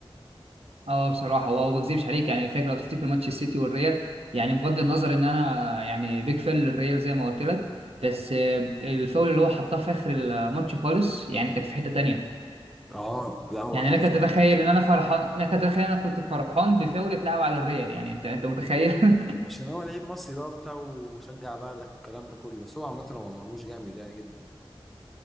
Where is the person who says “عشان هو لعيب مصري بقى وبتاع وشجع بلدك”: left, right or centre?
Centre